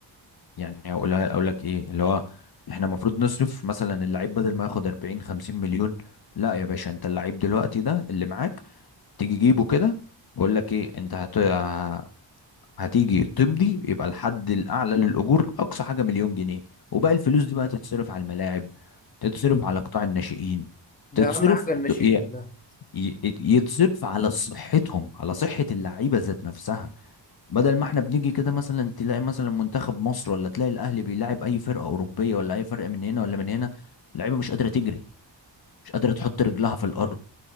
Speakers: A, on the left; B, on the left.
A: يعني اقول اقول لك ايه اللي هو احنا المفروض نصرف مثلا اللعيب بدل ما ياخد 40 50 مليون لا يا باشا انت اللعيب دلوقتي ده اللي معاك تيجي جيبه كده بقول لك ايه انت هت... ه- هتيجي تمضي يبقى الحد الاعلى للاجور اقصى حاجه مليون جنيه وباقي الفلوس دي بقى تتصرف على الملاعب تتصرف على قطاع الناشئين
B: ده
A: تتصرف
B: اهم حاجه الناشئين
A: ي...
B: ده
A: ي... يتصرف على صحتهم على صحه اللعيبه ذات نفسها بدل ما احنا بنيجي كده مثلا تلاقي مثلا منتخب مصر ولا تلاقي الاهلي بيلاعب اي فرقه اوروبيه ولا اي فرقه من هنا ولا من هنا اللعيبه مش قادره تجري مش قادره تحط رجلها في الارض